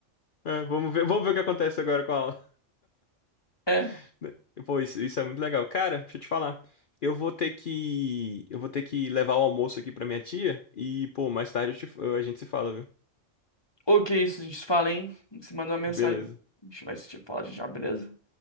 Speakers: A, on the left; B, on the left.
A: É, vamos ver, vamos ver o que acontece agora com a aula.
B: É.
A: <laughs> Pô, isso, isso é muito legal. Cara, deixa eu te falar. Eu vou ter que, eu vou ter que levar o almoço aqui pra minha tia e, pô, mais tarde eu te- a gente se fala, viu?
B: Ok, isso, a gente se fala, hein? Você manda uma mensagem.
A: Beleza.
B: A gente vai se falar já, beleza?